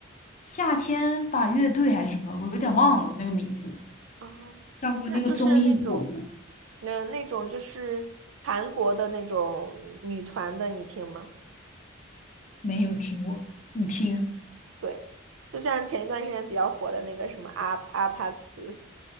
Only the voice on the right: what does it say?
哦，
那就是那种，那那种就是韩国的那种女团的，你听吗？
对，就像前一段时间比较火的那个什么阿阿帕茨，